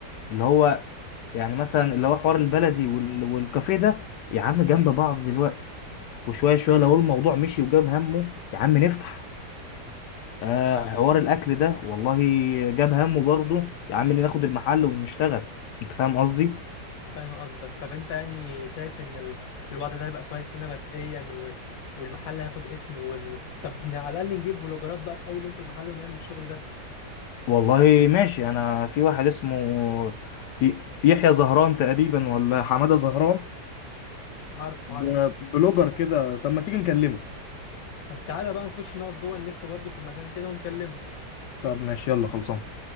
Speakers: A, on the left; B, on the left.
A: اللي هو يعني مثلا اللي هو حوار البلدي وال- والكافيه ده يا عم جنب بعض دلوقتي وشوية شوية لو الموضوع مشي وجاب همه يا عم نفتح آه حوار الأكل ده والله جاب همه برضه يا عم ناخد المحل ونشتغل أنت فاهم قصدي؟
B: فاهم قصدك طب انت يعني شايف ان ال... الوضع ده هيبقى كويس لنا ماديا و... والمحل هياخد اسمه وال... طب على الاقل نجيب بلوجرات بقى في اول يوم في المحل ونعمل الشغل ده
A: والله ماشي أنا في واحد اسمه ي- يحيى زهران تقريبا ولا حمادة زهران
B: عارفه
A: ب-
B: عارفه
A: بلوجر كده طب ما تيجي نكلمه
B: طب تعالى بقى نخش نقعد جوه نلف برضه في المكان كده ونكلمه
A: طب ماشي يلا خلصان